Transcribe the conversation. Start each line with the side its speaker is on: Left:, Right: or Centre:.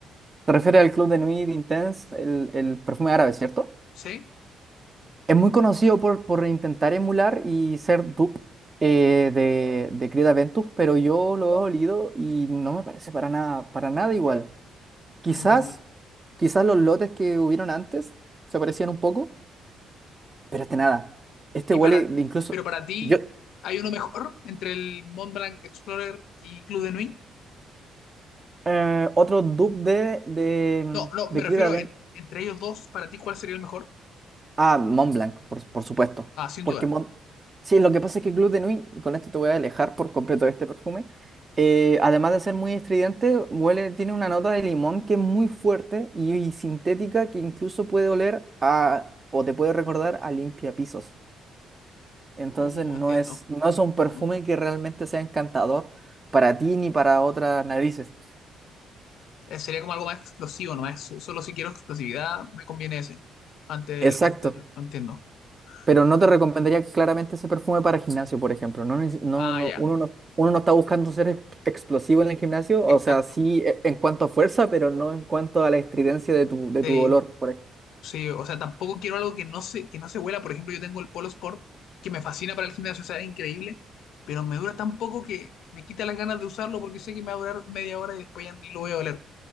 Right: Te refieres al Club de Nuit Intense, el, el perfume árabe, ¿cierto?
Left: ¿Sí?
Right: Es muy conocido por, por intentar emular y ser dupe eh, de, de Creed Aventus, pero yo lo he olido y no me parece para nada, para nada igual. Quizás,
Left: Entiendo.
Right: quizás los lotes que hubieron antes se parecían un poco, pero este nada. Este
Left: Y
Right: huele
Left: para,
Right: de incluso.
Left: pero para ti,
Right: Yo,
Left: ¿hay uno mejor entre el Mont Blanc Explorer y Club de Nui?
Right: eh, otro dupe de, de,
Left: No, no,
Right: de
Left: me refiero
Right: Creed Aven-
Left: en- entre ellos dos, para ti, ¿cuál sería el mejor?
Right: Ah, Mont Blanc, por, por supuesto.
Left: Ah, sin
Right: Porque
Left: duda.
Right: Mont... Sí, lo que pasa es que Club de Nuit, y con esto te voy a alejar por completo de este perfume, eh, además de ser muy estridente, huele, tiene una nota de limón que es muy fuerte y, y sintética que incluso puede oler a, o te puede recordar a limpiapisos. Entonces
Left: Uh,
Right: no
Left: entiendo.
Right: es, no es un
Left: Entiendo.
Right: perfume que realmente sea encantador para ti ni para otras narices.
Left: Eh, Sería como algo más explosivo, ¿no? Es, solo si quiero explosividad, me conviene ese. Ante
Right: Exacto.
Left: el, ante el- no entiendo.
Right: Pero no
Left: Oye,
Right: te recomendaría claramente ese perfume para gimnasio, por ejemplo. No, neces- no,
Left: ah,
Right: no,
Left: ya,
Right: uno no, uno no está buscando ser ex- explosivo en el gimnasio,
Left: exacto.
Right: o sea, sí e- en cuanto a fuerza, pero no en cuanto a la estridencia de tu, de
Left: Sí,
Right: tu dolor, por ejemplo.
Left: sí, o sea, tampoco quiero algo que no se, que no se huela. Por ejemplo, yo tengo el Polo Sport, que me fascina para el gimnasio, o sea, es increíble, pero me dura tan poco que me quita las ganas de usarlo porque sé que me va a durar media hora y después ya ni lo voy a oler.